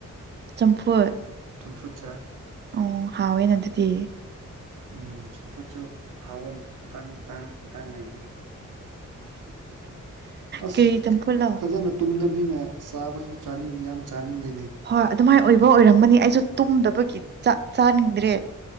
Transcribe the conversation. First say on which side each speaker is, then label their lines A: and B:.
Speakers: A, on the right (about 35°); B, on the right (about 70°).
A: ꯆꯝꯐꯨꯠ
B: ꯆꯝꯐꯨꯠ ꯆꯥꯏ
A: ꯑꯣ ꯍꯥꯋꯦꯅ ꯑꯗꯨꯗꯤ
B: ꯎꯝ ꯆꯝꯐꯨꯠꯁꯨ ꯍꯥꯎꯕ ꯃꯇꯥꯡ ꯃꯇꯥꯡ ꯂꯩꯕꯅꯦ ꯑꯁ
A: ꯀꯔꯤ ꯆꯝꯐꯨꯠꯂꯣ
B: ꯐꯖꯅ ꯇꯨꯝꯗ ꯅꯤꯅ ꯆꯥꯕꯁꯨ ꯆꯥꯅꯤꯡ ꯌꯥꯝ ꯆꯥꯅꯤꯡꯗꯦꯅꯦ
A: ꯍꯣꯏ ꯑꯗꯨꯃꯥꯏꯅ ꯑꯣꯏꯕ ꯑꯣꯏꯔꯝꯃꯅꯤ ꯑꯩꯁꯨ ꯇꯨꯝꯗꯕꯒꯤ ꯆꯥꯛ ꯆꯥꯅꯤꯡꯗ꯭ꯔꯦ